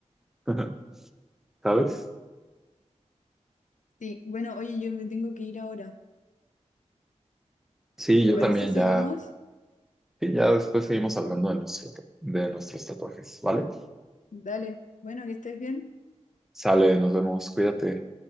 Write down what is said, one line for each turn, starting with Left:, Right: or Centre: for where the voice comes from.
Centre: <laughs> ¿sabes?
Left: Sí, bueno, oye, yo me tengo que ir ahora.
Centre: Sí,
Left: ¿Te
Centre: yo
Left: parece
Centre: también
Left: seguimos?
Centre: ya, y ya después seguimos hablando de, nuestro- de nuestros tatuajes, ¿vale?
Left: Dale, bueno, que estés bien.
Centre: Sale, nos vemos, cuídate.